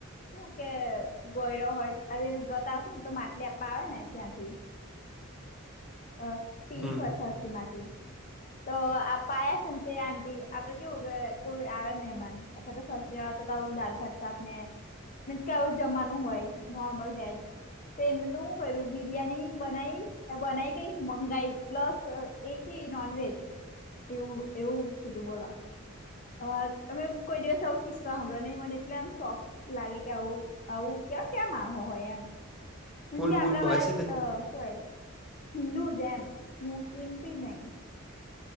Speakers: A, on the left; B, in the centre.
A: કેવું કે ગોયરો હોય આવી વ્રતા હશે ને તો માટલી આપવા આવે ને ત્યાંથી અ સ્પીન
B: હમ
A: કો <unintelligible> માટે તો આ પાયા સંતે આંટી આપડે કેવું કોઈ આવે મહેમાન અથવા તો સાસરીવાળા તો તો આવું દાળ-ભાત, શાકને મીન્સ કે આવું જમવાનું હોય, નોર્મલ વેજ. તો એમને તો હુ કર્યું, બિરિયાની બનાઈ અ બનાઈ તીન મંગાઈ પ્લસ એ કી નોનવેજ, એવું એવું થયું તું બોલો. અ અમે કોઈ દિવસ આવું કિસ્સા હમરા ની મલે એટલે એમ શોક લાગે કે આવું આવું કયાં ક્યાં માણહો હોય એમ. મિન્સ
B: ફૂલ
A: કે આપડાવાળા
B: ફૂલમાં હશે ને
A: અ હુ હોય હિન્દૂ જેમ મુસ્લિમ બી નઈ.